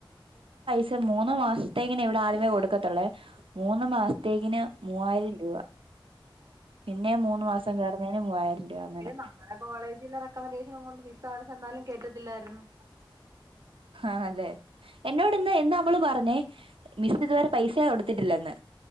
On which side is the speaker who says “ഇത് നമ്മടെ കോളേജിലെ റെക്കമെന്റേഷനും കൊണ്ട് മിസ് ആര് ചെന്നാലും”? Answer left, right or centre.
Right